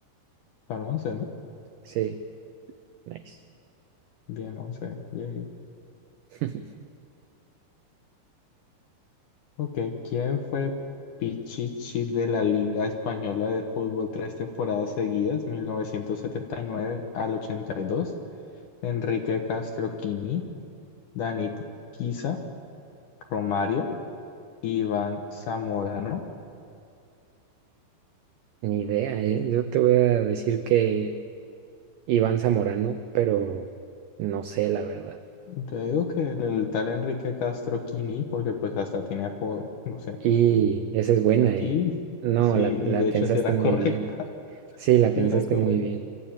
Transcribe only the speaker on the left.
Son once, ¿no?
Bien, 11. Yay.
Ok, ¿quién fue Pichichi de la Liga Española de Fútbol tres temporadas seguidas, 1979 al 82? Enrique Castroquini, Danit Guisa, Romario, Iván Zamorano.
Yo digo que el, el tal Enrique Castroquini, porque pues hasta tiene apodo, no sé.
Y
sí,
y
de hecho
sí era
correcta,
<laughs>
sí era correcta.